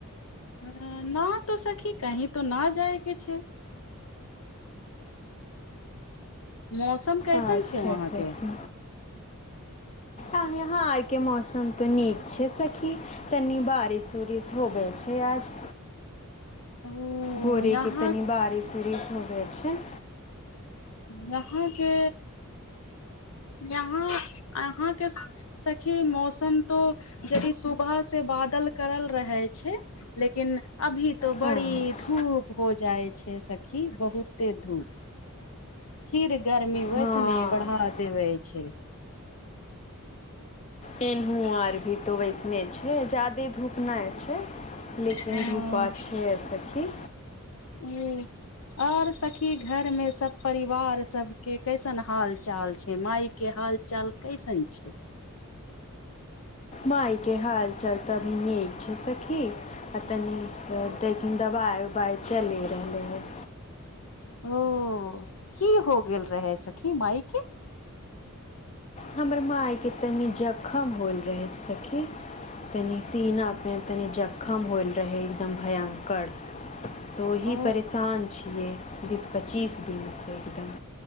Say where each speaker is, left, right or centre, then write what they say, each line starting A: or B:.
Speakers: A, on the left (about 70°); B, on the left (about 30°).
A: हं, ना तो सखी कहीं तो ना जाय के छैय। मौसम कैयसन
B: अच्छा
A: छैय वहाँ
B: सखी
A: के?
B: आ यहाँ आय के मौसम तऽ नीक छैय सखी। तनि बारिस उरिस होबै छैय आज।
A: ओ
B: भोरे
A: यहाँ
B: के तनि बारिश उरिश होबैय छैय।
A: यहाँ‌ के, यहाँ आहाँ के सखी, मौसम तो जदि सुबह से बादल करल रहेय छैय। लेकिन अभी तो
B: हाँ
A: बड़ी धूप होइ जाइ छैय सखी। बहुते धूप फिर गर्मी वैसने
B: हाँ
A: बढ़ा देवैय छैय।
B: एनहु आर भी तऽ वैसने छैय। जादे धूप नै छैय। लेकिन
A: हँ
B: धुपा छैय आइ सखी।
A: हूं। और सखी, घर मे सब परिवार सबके कैसन हाल चाल छै। माई के हाल च चाल कैसन छैय?
B: माई के हाल चाल तऽ नीक छैय सखी। आ तनी देकिन दबाई-उबाई चलि रहले हन।
A: ओ- कि हो गेल रहे सखी माईके?
B: हमर माई के तनि जखम होयल रहै सखी। तनि सीनामे
A: ओ
B: तनि जखम होयल रहै एकदम भयंकर। तऽ ओही
A: ओ
B: परेशान छियै बीस पच्चीस दिन से एकदम।